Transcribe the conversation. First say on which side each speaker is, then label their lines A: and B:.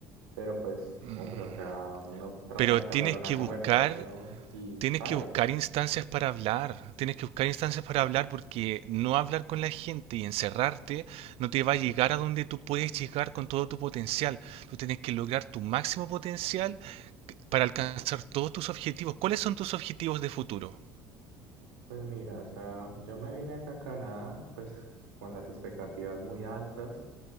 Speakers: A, on the right; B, on the right.
A: Pero pues,
B: Mm,
A: hombre, o sea, uno trata
B: Pero
A: de entablar
B: tienes
A: una
B: que
A: conversación
B: buscar,
A: y
B: tienes
A: sale.
B: que buscar instancias para hablar, tienes que buscar instancias para hablar porque no hablar con la gente y encerrarte no te va a llegar a donde tú puedes llegar con todo tu potencial. Tú tienes que lograr tu máximo potencial para alcanzar todos tus objetivos. ¿Cuáles son tus objetivos de futuro?
A: Pues mira, o sea, yo me vine acá a Canadá, pues con las expectativas muy altas,